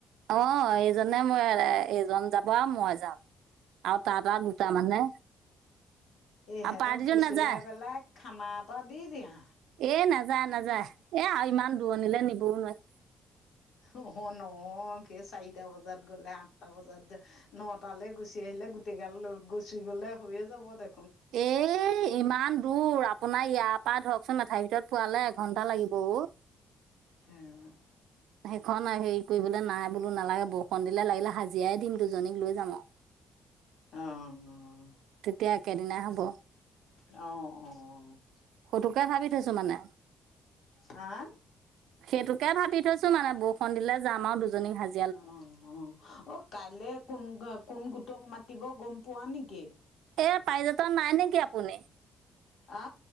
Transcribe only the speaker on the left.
ইহতক
ফুচুলাই
পেলাই খানা এটা দি দিয়া
নহ নহয় কে চাৰিটা বজাত গ'লে আঠটা বজাত নটালৈ গুচি আহিলে গোটেই গাল গুচি গ'লে হৈয়ে যাব দে
হম
অ উম
অ অ অ
হা
অ অ অ কাইলে কোন কোন গোটক মাতিব গম পোৱা নেকি
আ